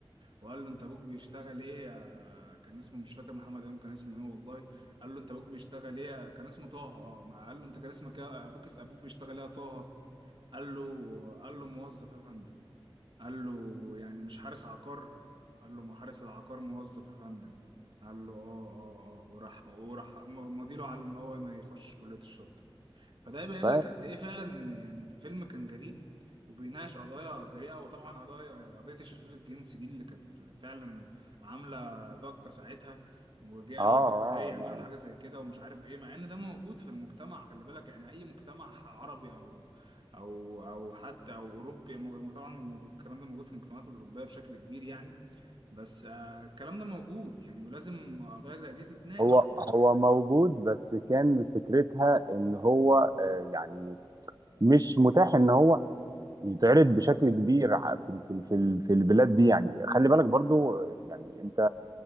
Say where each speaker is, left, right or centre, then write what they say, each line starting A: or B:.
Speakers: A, on the right; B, on the right.
A: وقال له انت ابوك بيشتغل ايه يا- كان اسمه مش فاكر محمد امام كان اسمه ايه والله قال له انت ابوك بيشتغل ايه يا- كان اسمه طه اه ما قال له انت كان اسمك ايه يا- ابوك اسم ابوك بيشتغل ايه يا طه قال له قال له موظف يا فندم قال له يعني مش حارس عقار قال له ما حارس العقار موظف يا فندم قال له اه اه اه وراح وراح مضيله على ان هو ما يخش كلية الشرطة فده يبين
B: ف اه
A: لك قد ايه فعلا ان يعني الفيلم كان جريء وبيناقش قضايا جريئة وطبعا قضايا قضية الشذوذ الجنسي دي اللي كانت فعلا عاملة ضجة ساعتها وجه
B: اه
A: قال لك ازاي يعملوا
B: لا
A: حاجة زي كده ومش عارف ايه مع ان ده موجود في المجتمع خلي بالك يعني اي مجتمع عربي او او او حتى او اوروبي م- طبعا المو- الكلام ده موجود في المجتمعات الاوروبية بشكل كبير يعني بس آه، الكلام ده موجود يعني ولازم قضايا زي دي تتناقش
B: هو
A: و-
B: هو موجود بس كان فكرتها ان هو آه، يعني مش متاح ان هو يتعرض بشكل كبير ع- في ال- في ال- في ال- في البلاد دي يعني خلي بالك برضو آه، يعني انت